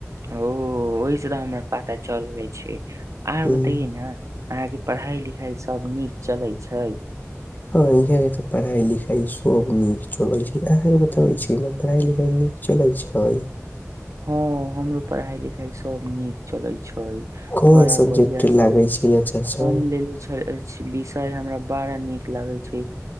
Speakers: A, on the right (about 70°); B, on the left (about 35°).
A: ओ -ओहि से तऽ हमरा पता चल जाइ छैय। <unintelligible> आउर
B: उम्म
A: बताइए न। <unintelligible> अहाँ के पढ़ाई लिखाई सब नीक चलैत छैय। <unintelligible>
B: हँ यहाँ के तऽ पढ़ाई लिखाई सब नीक चलैत छैय अहाँके बताबै छी ने पढ़ाई लिखाई नीक चलैत छैय। <unintelligible>
A: हँ हमरो पढ़ाई लिखाई सब नीक चले छैय। <unintelligible>
B: कोन
A: बड़ा
B: सब्जेक्ट
A: बढ़िया से
B: लागे छै अच्छा छै
A: फॉर्म लेले छल विषय हमरा। <unintelligible> बड़ा निक लागे छैय